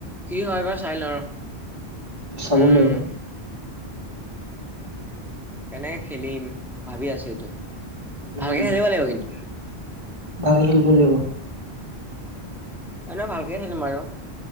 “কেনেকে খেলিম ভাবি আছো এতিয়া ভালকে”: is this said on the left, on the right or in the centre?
Centre